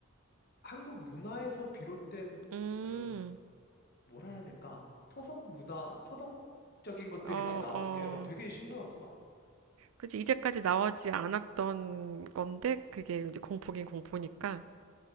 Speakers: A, on the left; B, on the right.
A: 한국 문화에서 비롯된
B: 음,
A: 그런, 뭐라 해야 될까? 토속 문화, 토성적인 것들이
B: 어,
A: 막 나오는
B: 어.
A: 게, 어, 되게 신선하더라?
B: 그치, 이제까지 나오지 않았던 건데, 그게 이제 공포긴 공포니까.